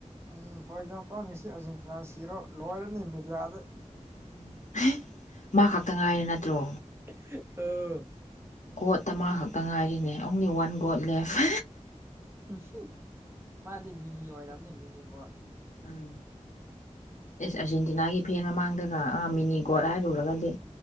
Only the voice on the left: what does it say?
ꯎꯝ <unintelligible> ꯃꯥ ꯈꯛꯇ ꯉꯥꯏꯔꯦ ꯅꯠꯇ꯭ꯔꯣ
ꯒꯣꯠꯇ ꯃꯥ ꯈꯛꯇ ꯉꯥꯏꯔꯦꯅꯦ ꯑꫭꯡꯂꯤ ꯋꯥꯟ ꯒꯣꯠ ꯂꯦꯞ <unintelligible>
ꯎꯝ ꯑꯦꯁ ꯑꯔꯖꯦꯟꯇꯤꯅꯥꯒꯤ ꯐꯦꯟ ꯃꯃꯥꯡꯗꯒ ꯑꯥ ꯃꯤꯅꯤ ꯒꯣꯠ ꯍꯥꯏꯔꯨꯔꯒꯗꯤ